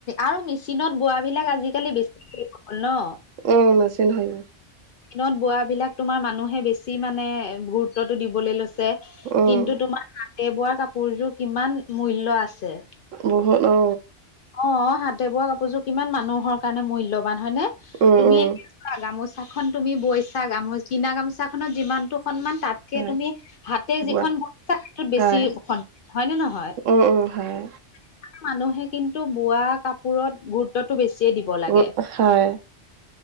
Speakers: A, on the left (about 60°); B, on the right (about 85°).
A: আৰু মেচিনত বোৱাবিলাক আজিকালি বেছি <unintelligible> হ'ল ন।
B: উম, <unintelligible>
A: <unintelligible> নত বোৱাবিলাক তোমাৰ মানুহে বেছি মানে গুৰুত্বটো দিবলে লৈছ ছে,
B: উম
A: কিন্তু তোমাৰ হাতে বোৱা কাপোৰযোৰ কিমান মূল্য আছে।
B: বহুত অ'।
A: অ', হাতে বোৱা কাপোৰযোৰ কিমান মানুহৰ কাৰণে মূল্যবান হয় নে,
B: উম
A: তুমি
B: উম
A: <unintelligible> গামুচ চাখন তুমি বৈছা, গামোচ কিনা গামোচাখনত যিমানটো সন্মান তাত কে
B: হয়
A: তুমি হাতে
B: বোৱা
A: যিখন <unintelligible> সেইটোত বেছি
B: হয়
A: <unintelligible> হয় নে নহয়।
B: উম, উম, হয়।
A: <unintelligible> মানুহে কিন্তু বোৱা কাপোৰত গু ত্বটো বেছিয়ে দিব লাগে,
B: উম, হয়।